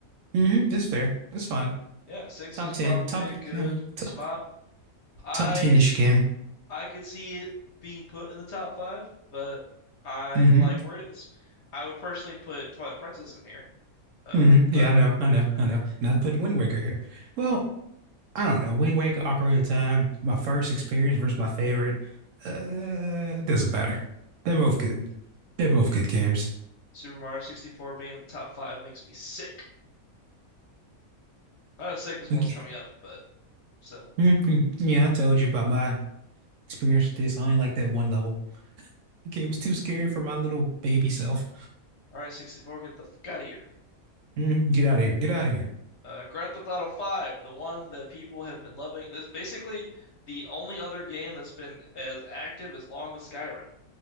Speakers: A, on the right; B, on the left.
A: Mm-hmm. That's fair. That's fine.
B: Uh, Yeah, six
A: Top
B: is
A: 10,
B: probably
A: top,
B: a good
A: no, to-
B: spot. I
A: top 10-ish game.
B: I could see it being put in the top five, but I
A: hmm
B: like where it is. I would personally put Twilight Princess in here, uh,
A: hmm
B: but
A: Yeah, I know, I know, I know. And i put Wind Waker here. Well, I don't know. Wind Waker, Ocarina of Time, my first experience versus my favorite. Uh, it doesn't matter. They're both good. They're both good games.
B: Super Mario 64 being in the top five makes me sick. Not as sick as one's
A: Like,
B: coming up, but still.
A: mhm. Yeah, I told you about my experience with this. I only like that one level. Okay, it was too scary for my little baby self.
B: All right, 64, get the fuck out of here.
A: Mhm. Get out of here. Get out of here.
B: Uh, Grand Theft Auto 5, the one that people have been loving. It's basically the only other game that's been as active as long as Skyrim.